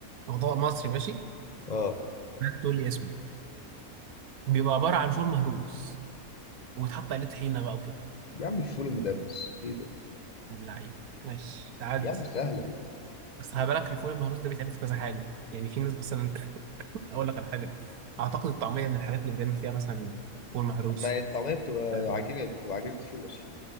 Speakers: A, on the right; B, on the left.
A: هو طبق مصري ماشي
B: اه
A: تقول لي اسمه بيبقى عبارة عن فول مهروس وبيتحط عليه طحينة بقى وكده
B: يا عم الفول المدمس ايه ده
A: من اللعيبة ماشي تعدي
B: يا عم سهله دي
A: بس خلي بالك الفول المهروس ده بيتعمل في كذا حاجة يعني في ناس مثلا <laughs> اقول لك على حاجة اعتقد الطعمية من الحاجات اللي بيتعمل فيها مثلا فول مهروس
B: طب ما هي الطعميه بتبقى
A: اه
B: عجينه بتبقى عجينه فول اصلا